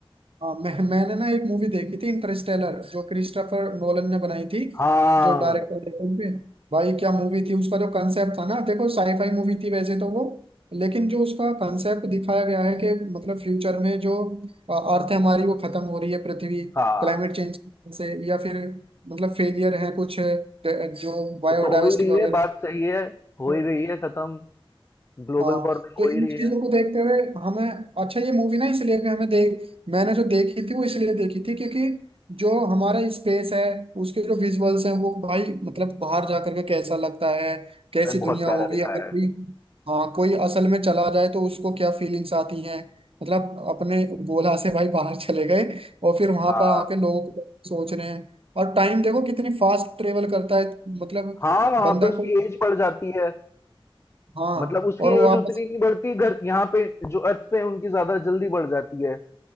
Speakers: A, on the right; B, on the left.
A: हाँ मैं मैंने ना एक मूवी देखी थी इंटरस्टेलर जो क्रिस्टोफर नोलन ने बनाई थी
B: हाँ
A: जो डायरेक्टर थे उनके भाई क्या मूवी थी उसका जो कंसेप्ट था ना देखो साईफाई मूवी थी वैसे तो वो लेकिन जो उसका कंसेप्ट दिखाया गया है कि मतलब फ्यूचर में जो अर्थ हमारी वो खत्म हो रही है पृथ्वी
B: हाँ
A: क्लाइमेट चेंज से या फिर मतलब फेलियर है कुछ अ, जो बायोडाइवर्सिटी
B: वो तो हो ही रही
A: वगैरह
B: है बात सही है
A: तो
B: हो ही रही है खत्म ग्लोबल
A: हाँ
B: वार्मिंग
A: तो
B: हो
A: इन
B: ही रही
A: चीजों
B: है
A: को देखते हुए हमें अच्छा ये मूवी ना इसलिए भी हमें देख मैंने जो देखी थी वो इसलिए देखी थी क्योंकि जो हमारा स्पेस है उसके जो विजुअल्स हैं वो भाई मतलब बाहर जा करके कैसा लगता है कैसी
B: अरे बहुत
A: दुनिया
B: प्यारा
A: होगी
B: दिखाया
A: अगर कोई
B: है
A: हाँ कोई असल में चला जाए तो उसको क्या फीलिंग्स आती हैं मतलब अपने गोला से भाई बाहर <laughs> चले गए और फिर वहां
B: हाँ
A: पर आके लोग सोच रहे हैं और टाइम देखो कितनी फास्ट ट्रेवल करता है मतलब
B: हाँ वहां
A: बंदा
B: पे उसकी
A: को
B: एज बढ़ जाती है
A: हाँ
B: मतलब उसकी
A: और
B: एज
A: वो वापस
B: उतनी नहीं बढ़ती घर यहाँ पे जो अर्थ पे उनकी ज्यादा जल्दी बढ़ जाती है